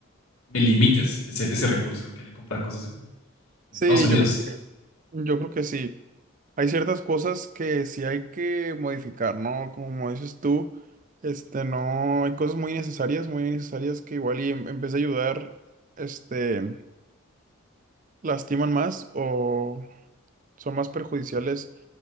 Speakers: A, on the left; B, on the right.
A: me limites ese, ese recurso de querer comprar cosas en, en
B: Sí,
A: Estados Unidos.
B: yo creo que, yo creo que sí. Hay ciertas cosas que sí hay que modificar, ¿no? Como dices tú, este, no, hay cosas muy necesarias, muy necesarias que igual y en en vez de ayudar, este, lastiman más o son más perjudiciales,